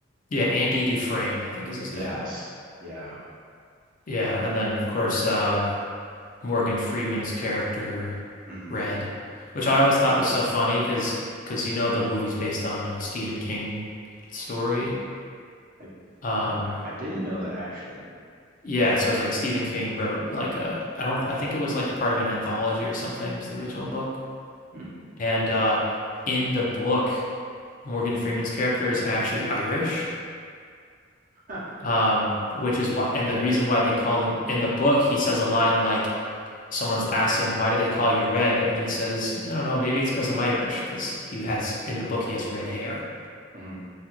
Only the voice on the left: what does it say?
Yeah, Andy Dufresne, I think is his
name.
Yeah, and then of course, uh, Morgan Freeman's character
read, which I always thought was so funny because because you know the movie's based on a Stephen King story.
Um,
yeah, so it's like Stephen King wrote like a I don't I think it was like part of an anthology or something was the original book.
And uh, in the book, Morgan Freeman's character is actually Irish,
um, which is why and the reason why they call him in the book he says a line like someone's asks him, why do they call you red? And then he says, I don't know, maybe it's because I'm Irish, because he has in the book he has red hair.